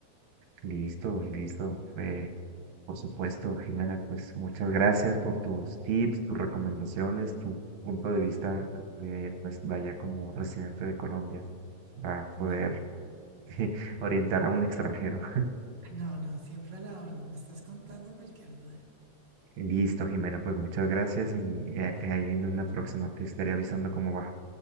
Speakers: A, on the right (about 75°); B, on the right (about 45°).
A: Listo, listo. Eh, Por supuesto, Jimena, pues muchas gracias por tus tips, tus recomendaciones, tu punto de vista de, pues, vaya como residente de Colombia para
B: No,
A: poder <laughs> orientar a un extranjero.
B: no, no, siempre a la orden. Me estás contando cualquier duda.
A: Listo, Jimena, pues muchas gracias y, y ahí en una próxima te estaré avisando cómo va.